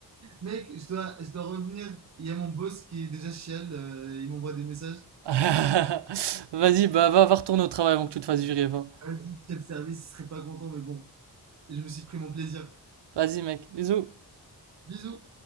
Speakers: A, on the right; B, on the right.
A: Mec, je dois, je dois revenir. Il y a mon boss qui est déjà chial, euh, il m'envoie des messages.
B: <laughs> Vas-y, bah va, va retourner au travail avant que tu te fasses virer, va.
A: Vas-y, chef service, il serait pas content, mais bon, je me suis pris mon plaisir.
B: Vas-y, mec. Bisous.
A: Bisous.